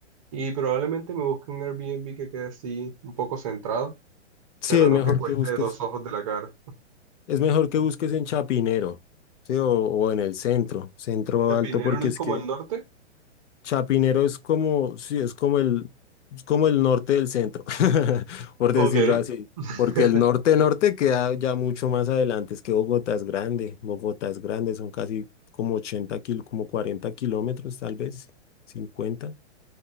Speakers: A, on the right; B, on the left.
A: Y probablemente me busque un Airbnb que quede así un poco centrado,
B: Sí,
A: pero
B: es
A: no
B: mejor
A: que cueste
B: que busques,
A: dos ojos de la cara.
B: es mejor que busques en Chapinero, sí, o, o en el centro, centro
A: ¿Chapinero
B: alto, porque
A: no es
B: es
A: como
B: que
A: el norte?
B: Chapinero es como, sí, es como el, es como el norte del centro, <laughs> por
A: Ok.
B: decirlo así.
A: <laughs>
B: Porque el norte norte queda ya mucho más adelante. Es que Bogotá es grande. Bogotá es grande, son casi como ochenta kil, como 40 kilómetros, tal vez, cincuenta